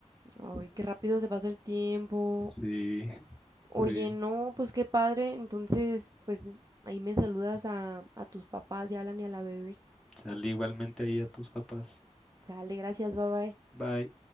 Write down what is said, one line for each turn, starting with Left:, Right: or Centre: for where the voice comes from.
Right: Ay, qué rápido se pasa el tiempo.
Centre: Sí. <laughs>
Right: Oye,
Centre: Sí.
Right: no, pues qué padre. Entonces, pues ahí me saludas a, a tus papás y a Alan y a la bebé.
Centre: Sale igualmente ahí a tus papás.
Right: Sale, gracias, bye bye.
Centre: Bye.